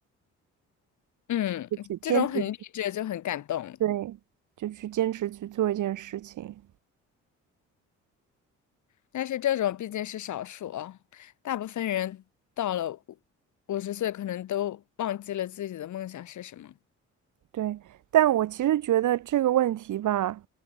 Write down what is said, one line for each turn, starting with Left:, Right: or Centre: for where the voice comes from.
Left: 嗯，
Right: 就去坚持，
Left: 这种很励志就很感动，
Right: 对，就去坚持去做一件事情，
Left: 但是这种毕竟是少数哦，大部分人到了五五十岁，可能都忘记了自己的梦想是什么。
Right: 对。但我其实觉得这个问题吧，